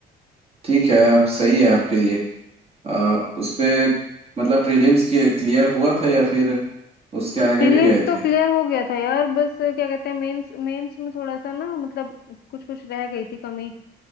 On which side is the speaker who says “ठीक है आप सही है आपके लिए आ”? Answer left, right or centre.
Right